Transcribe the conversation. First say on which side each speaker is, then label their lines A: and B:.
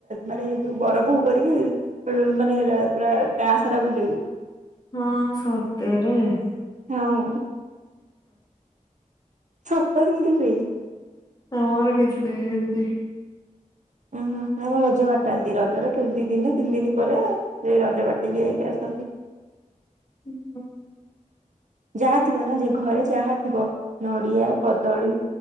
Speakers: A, on the right; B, on the left.
A: ମାନେ ଏ ବର ବୋହୂ କରିକି ମାନେ ପୁରା ଗାଁ ସାରା ବୁଲେଇବେ।
B: ହଁ ସତେରେ ।
A: ଆଉ। ସତ ସେମିତି ହୁଏ?
B: ଆମର କିଛି ନାହିଁ ଏମତି।
A: ଓହୋ ଆମ ରଜ ବାଟନ୍ତି ରଜର ଦି ଦିନ ତିନି ଦିନ ପରେ ସେଇ ରଜ ବାଟିକି ଯାଇକି ଆସନ୍ତି।
B: ହୁଁ ହୁଁ।
A: ଯାହା ଥିବ ନା ଯେ ଘରେ ଯାହା ଥିବ ନଡ଼ିଆ କଦଳୀ